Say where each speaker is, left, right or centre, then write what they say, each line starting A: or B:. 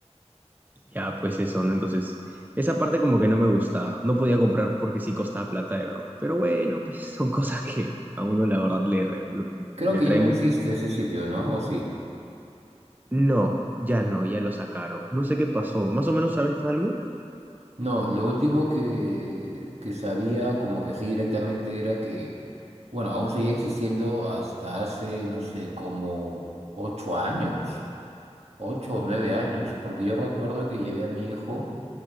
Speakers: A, on the right (about 15°); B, on the right (about 65°).
A: Ya, pues eso, ¿no? Entonces, esa parte como que no me gustaba. No podía comprar porque sí costaba plata, de verdad. Pero bueno, pues <laughs> son cosas que a uno la verdad le, re- lo-
B: Creo
A: le
B: que
A: trae
B: ya no
A: mucho.
B: existe ese sitio, ¿no? ¿O sí?
A: No, ya no, ya lo sacaron. No sé qué pasó. ¿Más o menos sabes algo?
B: No, lo último que, que sabía como que así directamente era que Bueno, aún seguía existiendo hasta hace, no sé, como ocho años, ocho o nueve años, porque yo recuerdo que llevé a mi hijo